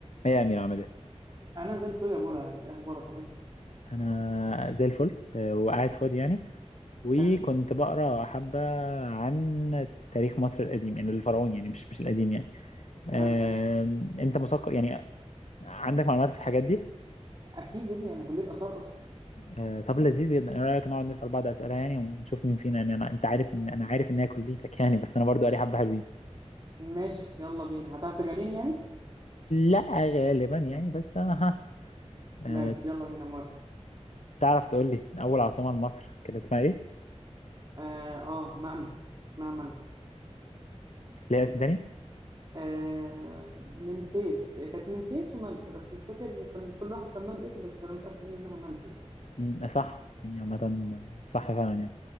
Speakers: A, on the left; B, on the right.
A: ايه يا امير عامل ايه
B: انا زي الفل يا بولا انت إيه اخبارك وحشني
A: انا زي الفل آه، وقاعد فاضي يعني وكنت
B: حلو
A: بقرا حبه عن تاريخ مصر القديم يعني الفرعوني يعني مش مش القديم يعني آم،
B: حلو
A: انت مثقف يعني عندك معلومات في الحاجات دي
B: اكيد يا ابني انا كليه اثار اصلا
A: آه، طب لذيذ جدا ايه رايك نقعد نسال بعض اسئله يعني ونشوف مين فينا يعني انا انت عارف ان انا عارف ان هي كليتك يعني بس انا برضو قاري حبه حلوين
B: ماشي يلا بينا هتعرف تجاريني يعني
A: لا غالبا يعني بس آه، ها آه،
B: ماشي يلا بينا موافق
A: تعرف تقول لي اول عاصمه لمصر كان اسمها ايه
B: اه, آه منف اسمها منف
A: ليها اسم تاني
B: آه منفيس كانت منفيس ومنف بس مش فاكر كان كل واحد سماه باسم بس انا متاكد انها منف يعني
A: امم صح يعني عامه صح فعلا يعني